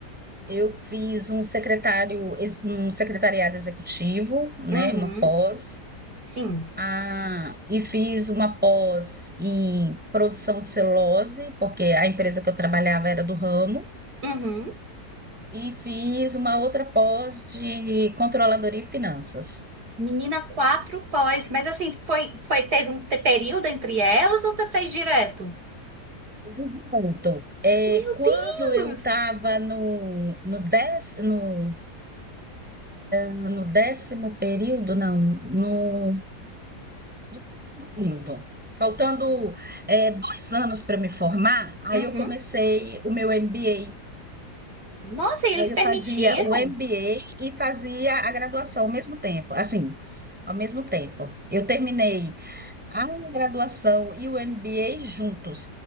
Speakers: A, in the centre; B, on the right.
A: Eu fiz um secretário, ex- um secretariado executivo, né,
B: uhum,
A: uma pós,
B: sim.
A: ah, e fiz uma pós em produção de celulose, porque a empresa que eu trabalhava era do ramo,
B: Uhum.
A: e fiz uma outra pós de controladoria e finanças.
B: Menina, quatro pós, mas assim, foi, foi, teve um te- período entre elas ou você fez direto?
A: Vivi Muito. É,
B: Meu
A: quando
B: Deus!
A: eu estava no, no, dez, no, no décimo período, não, no no sexto período. Faltando, é, dois anos para me formar, aí
B: Uhum.
A: eu comecei o meu MBA.
B: Nossa, e
A: Aí
B: eles
A: eu
B: permitiram?
A: fazia o MBA e fazia a graduação ao mesmo tempo. Assim, ao mesmo tempo. Eu terminei a graduação e o MBA juntos.